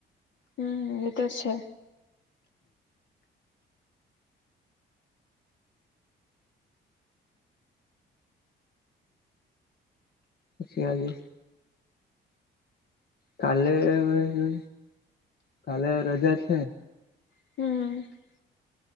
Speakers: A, on the left; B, on the left.
A: હમ્મ એતો છે.
B: પછી આજે કાલે હવે કાલે રજા છે
A: હમ્મ હમ્મ